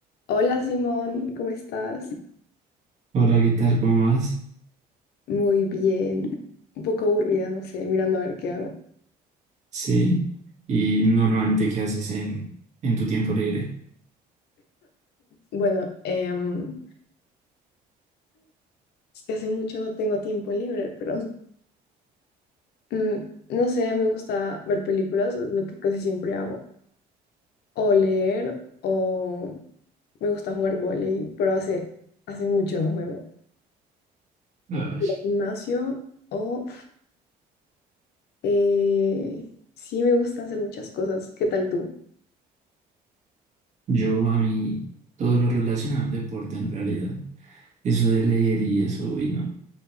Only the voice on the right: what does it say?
Hola, ¿qué tal? ¿Cómo vas?
Sí. ¿Y normalmente qué haces en, en tu tiempo libre?
Ay,
Yo a mí todo lo relacionado al deporte en realidad. Eso de leer y eso, uy, no,